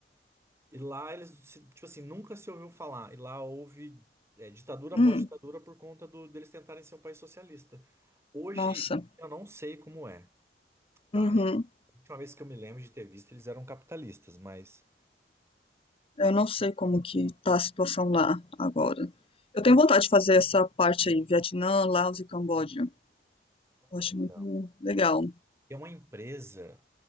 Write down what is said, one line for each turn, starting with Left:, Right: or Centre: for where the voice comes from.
Right: E lá eles, se- tipo assim, nunca se ouviu falar. E lá houve é, ditadura após
Left: Hum.
Right: ditadura por conta do, deles tentarem ser um país socialista. Hoje
Left: Nossa.
Right: eu não sei como é, tá?
Left: Uhum.
Right: Eles- a última vez que eu me lembro de ter visto, eles eram capitalistas, mas.
Left: Eu não sei como que tá a situação lá agora. Eu tenho vontade de fazer essa parte aí, Vietnã, Laos e Camboja. Eu acho
Right: Então.
Left: muito legal.
Right: Tem uma empresa